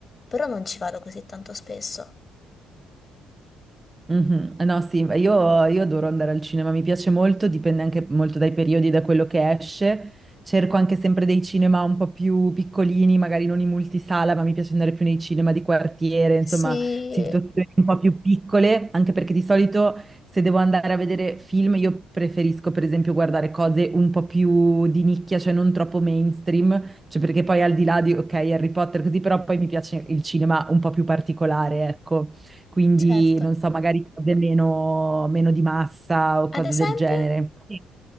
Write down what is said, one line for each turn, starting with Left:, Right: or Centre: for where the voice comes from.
Left: però non ci vado così tanto spesso.
Right: Mh-mh. Eh no, sì, ma io io adoro andare al cinema, mi piace molto, dipende anche molto dai periodi, da quello che esce. Cerco anche sempre dei cinema un po' più piccolini, magari non in multisala, ma mi piace andare più nei cinema di quartiere,
Left: Sì,
Right: insomma, situazioni un po' più piccole, anche perché di solito se devo andare a vedere film, io preferisco per esempio guardare cose un po' più di nicchia, cioè non troppo mainstream, cioè perché poi al di là di, ok, Harry Potter così, però poi mi piace il cinema un po' più particolare, ecco quindi
Left: certo.
Right: non so, magari cose meno, meno di massa o cose
Left: Ad esempio?
Right: del genere. Sì.